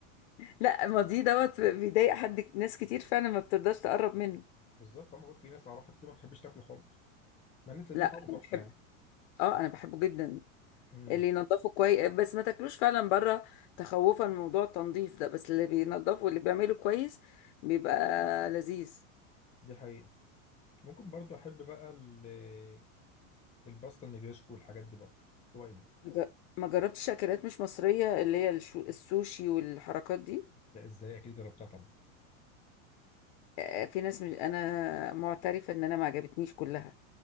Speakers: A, on the left; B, on the left.
A: لا ماضيه دوت بيضايق حد ناس كتير فعلا ما بترضاش تقرب منه
B: بالظبط انا بقول في ناس اعرفها كتير ما بتحبش تاكله خالص مع ان دي
A: لا
B: طعمه
A: انا
B: تحفه
A: بحب
B: يعني
A: اه انا بحبه جدا
B: امم
A: اللي ينضفوا كويس بس ما تاكلوش فعلا بره تخوفا من موضوع التنظيف ده بس اللي بينضفوا اللي بيعمله كويس بيبقى لذيذ
B: دي حقيقه ممكن برضو احب بقى ال- الباستا النجريسكو والحاجات دي برضو شويه
A: مج- ما جربتش اكلات مش مصرية اللي هي الشو- السوشي والحركات دي
B: لا ازاي اكيد جربتها طبعا
A: آه، في ناس مش انا معترفة ان انا ما عجبتنيش كلها